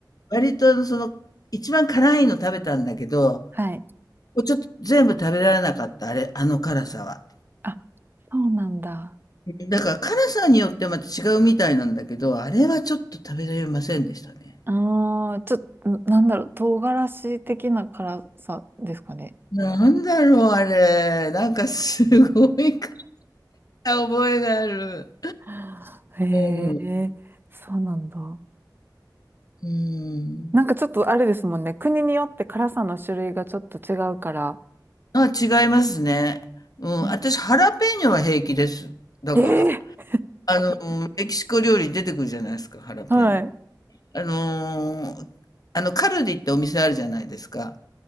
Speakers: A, on the left; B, on the right.
A: 割とその、一番辛いの食べたんだけど、
B: はい。
A: もうちょっと全部食べられなかった、あれ、あの辛さは。
B: あ、そうなんだ。
A: だから辛さによってまた違うみたいなんだけど、あれはちょっと食べられませんでしたね。
B: ああ、ちょっと、んなんだろう、唐辛子的な辛さですかね。
A: なんだろう、あれ。なんかすごい覚えがある。
B: <laughs> へ
A: うん。
B: え、そうなんだ。
A: うん。
B: なんかちょっとあれですもんね。国によって辛さの種類がちょっと違うから。
A: あ、違いますね。うん。
B: うん
A: 私、ハラペーニョは平気です。だから。
B: ええ
A: あの、メキシコ料理出てくるじゃないですか、ハラペーニョ。
B: はい。
A: あのーあの、カルディってお店あるじゃないですか。